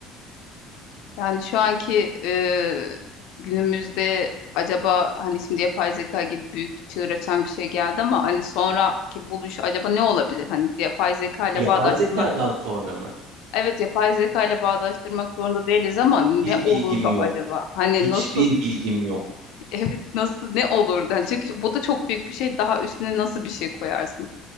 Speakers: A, on the left (about 65°); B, on the right (about 80°).
A: Yani şu anki e, günümüzde acaba hani şimdi yapay zeka gibi büyük çığır açan bir şey geldi ama hani sonraki buluş acaba ne olabilir? Hani yapay zeka ile
B: Yapay
A: bağdaştırmak.
B: zekadan sonra mı?
A: Evet yapay zeka ile bağdaştırmak zorunda değiliz ama ne
B: Bir
A: olurdu
B: bilgim yok.
A: acaba? Hani
B: Hiçbir
A: nasıl
B: bilgim yok.
A: <laughs> evet nasıl ne olurdu? Yani çünkü bu da çok büyük bir şey. Daha üstüne nasıl bir şey koyarsın?